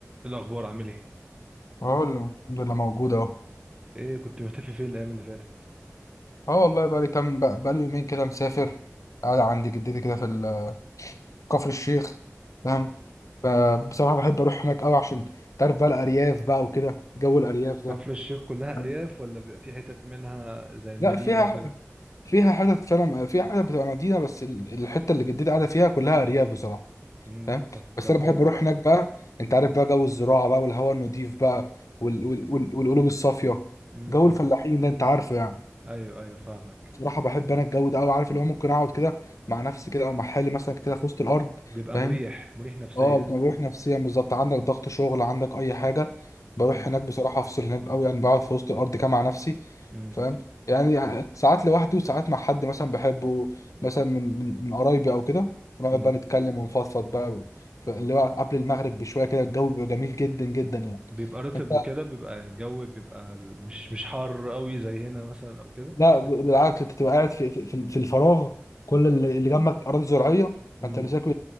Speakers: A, on the right; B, on the left.
A: إيه الأخبار عامل إيه؟
B: اه الحمد لله موجود اهو
A: إيه كنت مختفي فين الأيام اللي فاتت؟
B: اه والله بقى لي كام بقى بقى لي يومين كده مسافر قاعد عند جدتي كده في ال- كفر الشيخ فاهم ف- بصراحة بحب اروح هناك قوي عشان تعرف بقى الارياف بقى وكده جو الارياف ده
A: كفر الشيخ كلها
B: فاهم؟
A: أرياف ولا بيبقى في حتت منها زي المدينة
B: لا فيها
A: وكده؟
B: فيها حتت فعلا فيها حتت بتبقى مدينة بس ال- الحتة اللي جدتي قاعدة فيها كلها ارياف بصراحة
A: امم
B: فاهم
A: طب
B: بس
A: طب
B: انا
A: حلو
B: بحب اروح هناك بقى انت عارف
A: امم
B: بقى جو الزراعة بقى والهواء النضيف بقى وال... وال... وال... والقلوب الصافية
A: امم
B: جو الفلاحين ده انت عارفه يعني
A: أيوه أيوه فاهمك
B: بصراحة بحب أنا الجو ده أوي عارف اللي هو ممكن أقعد كده مع نفسي كده أو مع حالي مثلا كده في وسط الأرض
A: بيبقى
B: فاهم؟
A: مريح مريح نفسيا
B: أه بروح نفسيا بالظبط عندك ضغط شغل عندك أي حاجة بروح
A: امم
B: هناك بصراحة أفصل هناك أوي يعني بقعد في وسط الأرض كده مع نفسي
A: امم
B: فاهم؟ يعني ساعات لوحدي وساعات مع حد مثلا بحبه مثلا من من من قرايبي أو كده ونقعد
A: امم
B: بقى نتكلم ونفضفض بقى ف- اللي هو قبل المغرب بشوية كده الجو بيبقى جميل جدا جدا يعني
A: بيبقى رطب
B: أنت
A: وكده بيبقى الجو بيبقى ال- مش مش حار قوي زي هنا مثلا أو كده
B: لا ب- بالعكس انت تبقى قاعد في في, في في الفراغ كل اللي اللي جنبك اراضي زراعيه
A: امم
B: فانت مساك